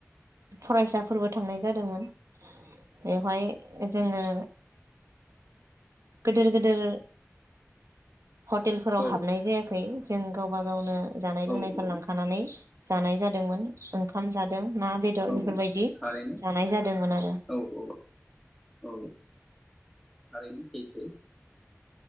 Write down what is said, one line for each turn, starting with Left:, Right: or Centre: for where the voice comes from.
Right: फरायसाफोरबो थांनाय जादोंमोन बेवहाय जोङो गोदोर गोदोर हटेलफोराव
Centre: औ
Right: हाबनाय जाया <unintelligible> जों गावबा गावनो जानाय
Centre: औ
Right: लोंनायफोर
Centre: औ
Right: लांखानानै जानाय जादोंमोन ओंखाम जादों ना बेदर
Centre: औ
Right: बेफोरबायदि
Centre: थारैनो
Right: जानाय जादोंमोन आरो।
Centre: औ औ औ थारैनो सैथो